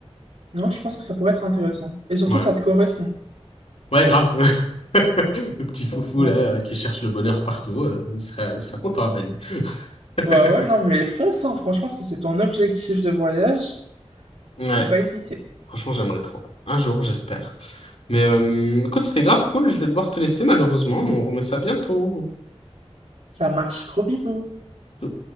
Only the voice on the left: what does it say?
Ouais.
Ouais, grave. <laughs> Le petit foufou,
là, euh, qui cherche le bonheur partout, euh, il sera, il sera content à Bali. <laughs>
Ouais,
franchement, j'aimerais trop. Un jour, j'espère. Mais euh, écoute, c'était grave cool. Je vais devoir te laisser, malheureusement, mais on remet ça bientôt.
So